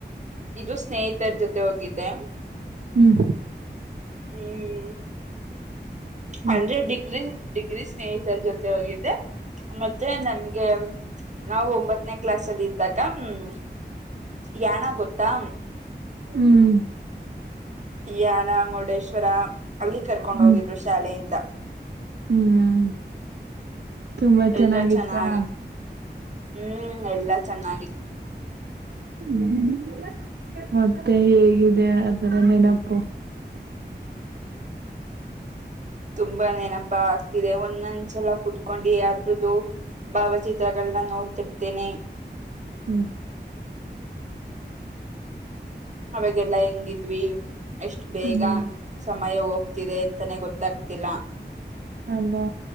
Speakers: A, on the right; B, on the right.
A: ಇದು ಸ್ನೇಹಿತರ ಜೊತೆ ಹೋಗಿದ್ದೆ.
B: ಹ್ಮ್
A: ಹ್ಮ್
B: ಹ್ಮ್
A: ಅಂದ್ರೆ ಡಿಗ್ರ ಡಿಗ್ರೀ ಸ್ನೇಹಿತರ ಜೊತೆ ಹೋಗಿದ್ದೆ ಮತ್ತೆ ನಮ್ಗೆ ನಾವು ಒಂಬತ್ತನೇ ಕ್ಲಾಸ್ ಅಲ್ಲಿ ಇದೆ ಅದಾಗ ಹ್ಮ ಯಾಣಾಗೊತ್ತಾ
B: ಹ್ಮ್
A: ಯಾನ ಮುರುಡೇಶ್ವರ ಅಲ್ಲಿ ಕರ್ಕೊಂಡ್
B: ಹ್ಮ್
A: ಹೋಗಿದ್ರು ಶಾಲೆಯಿಂದ
B: ಹ್ಮ್. ತುಂಬಾ
A: ಎಲ್ಲಾ
B: ಚೆನ್ನಾಗಿತ್ತ
A: ಚೆನ್ನಾಗಿ ಹ್ಮ್ ಎಲ್ಲಾ ಚೆನ್ನಾಗಿತ್ತು
B: ಹ್ಮ್ ಮತ್ತೆ ಹೇಗಿದೆ ಅದರ ನೆನಪು.
A: ತುಂಬಾ ನೆನಪಾ ಆಗ್ತಿದೆ ಒಂದನ್. ಚೆಲ ಕುೂತ್ಕೊಂಡು ಅದ್ರದ್ದು ಭಾವಚಿತ್ರಗಳನ್ನ ನೋಡ್ತಿರ್ತೇ. ನೆ
B: ಹ್ಮ್.
A: ಅವಾಗೆಲ್ಲಾ ಹೆಂಗಿದ್ವಿ ಎಷ್ಟು
B: ಹ್ಮ್
A: ಬೇಗ ಸಮಯ ಹೋಗ್ತಿದೆ ಅಂತಾನೇ ಗೊತ್ತಾಗ್ತಿಲ್ಲ
B: ಅಲ್ಲ